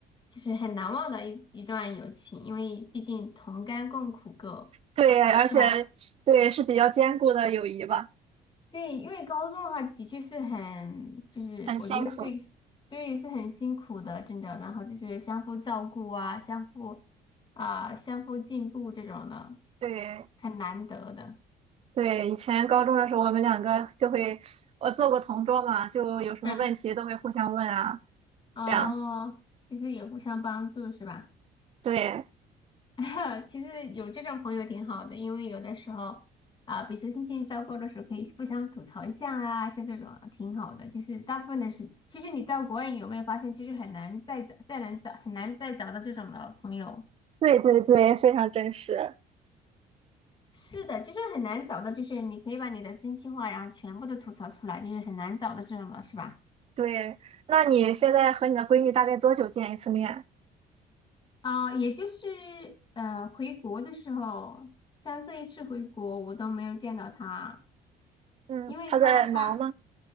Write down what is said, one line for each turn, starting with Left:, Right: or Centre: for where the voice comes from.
Left: 就是很难忘的一一段友情，因为毕竟同甘共苦过，
Right: 对，而且
Left: 是吧？
Right: 对是比较坚固的友谊吧，
Left: 对，因为高中的话的确是很，就是我觉得是，
Right: 很辛苦。
Left: 对，是很辛苦的，真的。然后就是相互照顾啊，相互啊、相互进步这种的，
Right: 对
Left: 很难得的。
Right: 对，以前高中的时候，我们两个就会，我做过同桌嘛，就有什么问题都会互相问啊，
Left: 嗯，哦，
Right: 这样。
Left: 就是也互相帮助是吧？
Right: 对
Left: <laughs> 其实有这种朋友挺好的，因为有的时候啊、比如说心情糟糕的时候，可以互相吐槽一下啊，像这种挺好的。就是大部分的是，其实你到国外有没有发现，其实很难再找、再难找、很难再找到这种的朋友。
Right: 对对对，非常真实。
Left: 是的，就是很难找到，就是你可以把你的真心话，然后全部都吐槽出来，就是很难找到这种的，是吧？
Right: 对，那你现在和你的闺蜜大概多久见一次面？
Left: 啊、也就是呃，回国的时候，像这一次回国，我都没有见到他，
Right: 嗯，
Left: 因为他他。
Right: 她在忙吗？